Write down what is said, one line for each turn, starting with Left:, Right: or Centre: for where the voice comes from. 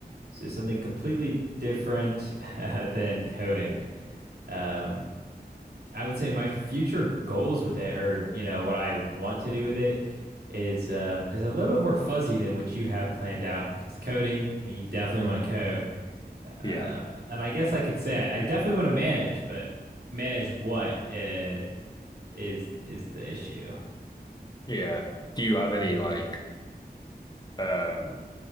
Right: So something completely different <laughs> than coding. Um, I would say my future goals with it, or you know, what I want to do with it, is um, is a little bit more fuzzy than what you have planned out. Because coding, I mean, you definitely want to code,
Left: <laughs> Yeah.
Right: um, and I guess I could say I, I definitely want to manage, but manage what uh, is is the issue?
Left: Yeah. Do you have any like um